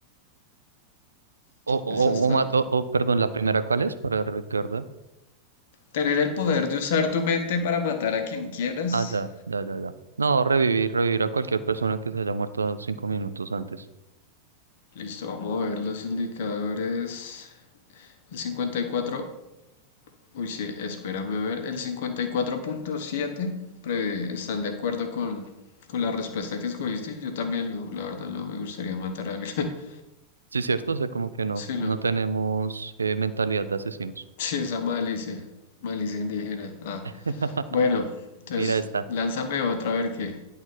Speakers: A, on the right; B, on the left.
A: o, o,
B: Esa está.
A: o, mat- o, o, perdón, ¿la primera cuál es? Para recordar.
B: ¿Tener el poder de usar tu mente para matar a quien quieras?
A: Ah, ya, ya, ya, ya. No, revivir, revivir a cualquier persona que se haya muerto cinco minutos antes.
B: Listo, vamos a ver los indicadores. El 54. Uy, sí, espérame a ver. El 54.7 pre- están de acuerdo con, con la respuesta que escogiste. Yo también, no, la verdad, no me gustaría matar a alguien. <laughs>
A: Sí, cierto, o sea, como que no,
B: Sí, no.
A: no tenemos eh, mentalidad de asesinos.
B: Sí, esa malicia. Malicia indígena. Ah,
A: <laughs>
B: bueno, entonces
A: Mira esta,
B: lánzame otra, a ver qué.